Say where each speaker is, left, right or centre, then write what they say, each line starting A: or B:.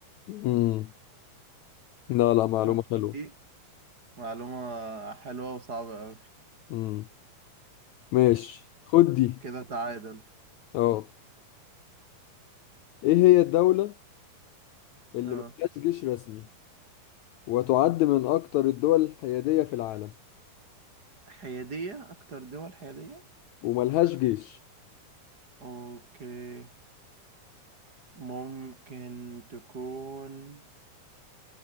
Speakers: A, on the left; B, on the right.
A: امم لا لا معلومة
B: شوف
A: حلوة
B: ايه معلومة حلوة وصعبة قوي
A: امم ماشي خد دي
B: كده تعادل
A: اه ايه هي الدولة اللي
B: اه
A: ملهاش جيش رسمي وتعد من اكتر الدول الحيادية في العالم
B: حيادية اكتر دول حيادية
A: وملهاش جيش
B: اوكي ممكن تكون